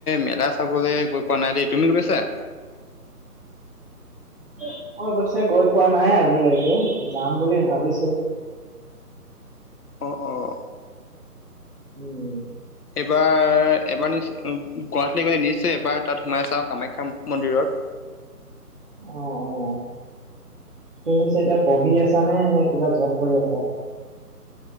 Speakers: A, on the left; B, on the right.
A: মেলা চাবলৈ গৈ পোৱা নাই, দেই তুমি গৈছা?
B: মই, অৱশ্যে গৈ পোৱা নাই, আজিলৈকে যাম বুলি ভাবিছো।
A: অ', অ',
B: উম,
A: এইবাৰ, এবাৰ, নি গুৱাহাটল গলে নিশ্চয়, এবাৰ তাত সোমাই আছা আৰু কামাখ্যা মন্দিৰত।
B: অ', তুমি পিছে এতিয়া, পঢ়ি আছা নে নে কিবা জব কৰি আছা